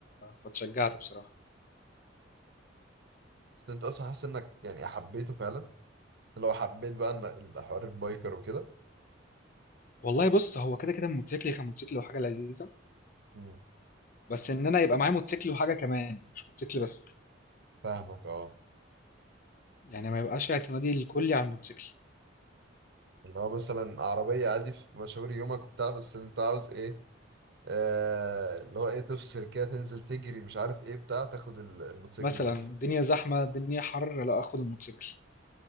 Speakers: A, on the left; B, on the right.
A: فتشجعت بصراحه
B: بس انت اصلا حاسس انك يعني حبيته فعلا لو حبيت بقى ان الحوار البايكر وكده
A: والله بص هو كده كده الموتوسيكل كان موتوسيكل وحاجه لذيذه
B: مم.
A: بس ان انا يبقى معايا موتوسيكل وحاجه كمان مش موتوسيكل بس
B: فاهمك اه
A: يعني ما يبقاش اعتمادي الكلي على الموتوسيكل
B: اللي هو مثلا عربية عادي في مشاوير يومك وبتاع بس انت عاوز ايه آه اللي هو ايه تفصل كده تنزل تجري مش عارف ايه بتاع تاخد ال- الموتوسيكل
A: مثلا
B: لفة
A: الدنيا زحمه الدنيا حر لا اخد الموتوسيكل